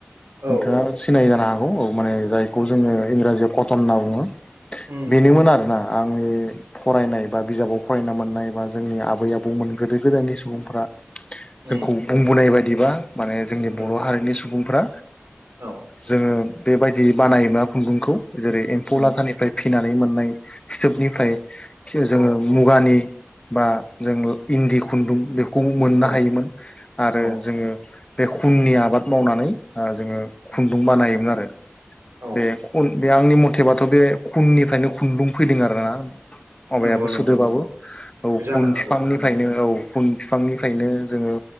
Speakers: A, on the right; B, on the left.
A: औ
B: नोंथाङा
A: औ
B: सिनाय जानो हागौ औ माने जायखौ जोङो इंराजियाव कटन होनना बुङो।
A: उम
B: बेनोमोन आरोना आंनि फरायनाय बा बिजाबाव फरायना मोननाय बा जोंनि आबै आबौमोन गोदो गोदायनि सुबुंफ्रा
A: उम
B: जोंखौ बुंबोनाय बायदिबा माने जोंनि
A: औ
B: बर' हारिनि सुबुंफ्रा
A: औ
B: जोङो बेबायदि बानायोमोना खुन्दुंखौ जेरै एम्फौ
A: उम
B: लाथानिफ्राय फिनानै मोननाय फिथोबनिफ्राय
A: औ औ
B: जोङो मुगानि बा जोंङ इन्दि खुन्दुं बेखौ मोननो
A: औ
B: हायोमोन। आरो
A: औ
B: जोङो बे खुननि आबाद मावनानै जोङो खुन्दुं बानायोमोन आरो।
A: औ
B: बेन बे आंनि मथेबाथ' बे खुननिफ्रायनो खुन्दुं फैदों आरो ना। अभायाबो
A: नंगौ नंगौ
B: सोदोबाबो
A: नंगौ
B: औ
A: जानो
B: खुन
A: हागौ
B: बिफांनिफ्रायनो
A: जानो हागौ
B: औ खुन बिफांनिफ्रायनो जोङो